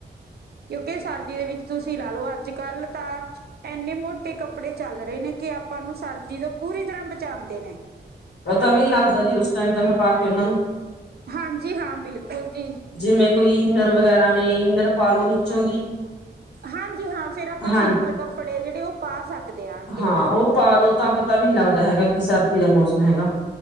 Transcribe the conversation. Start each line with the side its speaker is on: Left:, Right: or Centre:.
Right: ਕਿਉਂਕਿ ਸਰਦੀ ਦੇ ਵਿੱਚ ਤੁਸੀਂ ਲਾ ਲ ਅੱਜ ਕੱਲ ਤਾਂ ਇੰਨੇ ਮੋਟੇ ਕੱਪੜੇ ਚੱਲ ਰਹੇ ਨੇ ਕਿ ਆਪਾਂ ਨੂੰ ਸਰਦੀ ਤੋਂ ਪੂਰੀ ਤਰ੍ਹਾਂ ਬਚਾਉਂਦੇ ਨੇ
Left: ਤਵਨ ਲਾਲ ਉਸ ਟਾਈਮ ਤ ਮੈਂ
Right: ਹਾਂਜੀ ਹਾਂ ਬਿਲਕੁਲ ਜੀ
Left: ਜਿਵੇਂ ਕੋਈ ਇਨਰ ਵਗੈਰਾ ਨੇ ਇਨਰ ਪਾ ਲੋ ਨੀਚੋਂ ਦੀ
Right: ਹਾਂਜੀ ਹਾਂ ਫੇਰ ਆਪਾਂ
Left: ਹਾਂਜੀ
Right: ਸਿੰਪਲ ਕੱਪੜੇ ਆ ਜਿਹੜੇ ਉਹ ਪਾ ਸਕਦੇ ਆਂਗੇ
Left: ਹਾਂ ਉਹ ਪਾਲੋ ਤਾਂ ਪਤਾ ਵੀ ਨਹੀਂ ਲੱਗਦਾ ਹੈਗਾ ਕਿ ਸਰਦੀ ਦਾ ਮੌਸਮ ਹੈਗਾ